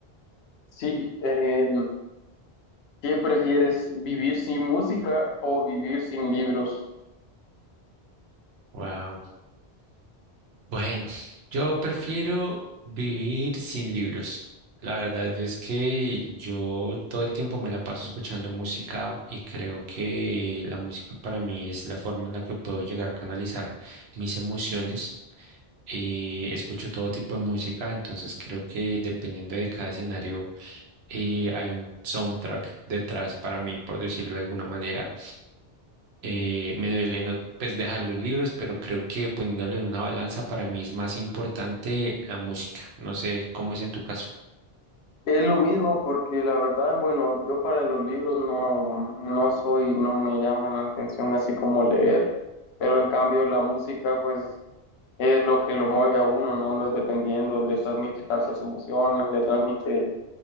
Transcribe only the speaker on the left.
Sí, eh, ¿qué prefieres, vivir sin música o vivir sin libros?
Es lo mismo porque la verdad, bueno, yo para los libros no, no soy, no me llaman la atención así como leer, pero en cambio la música, pues es lo que lo mueve a uno, ¿no? No es dependiendo, le transmite tantas emociones, le transmite